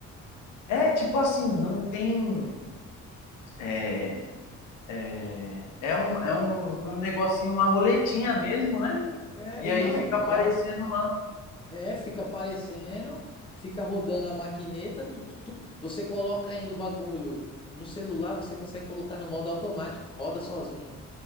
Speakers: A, on the left (about 80°); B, on the left (about 15°).
A: É tipo assim, não tem. É, é, é um, é um, um negocinho, uma roletinha mesmo, né?
B: É,
A: E
B: irmão,
A: aí fica aparecendo
B: moda.
A: lá.
B: É, fica aparecendo, fica rodando a maquineta, tuc, tuc, tuc. Você coloca ainda o bagulho no celular, você consegue colocar no modo automático, roda sozinho.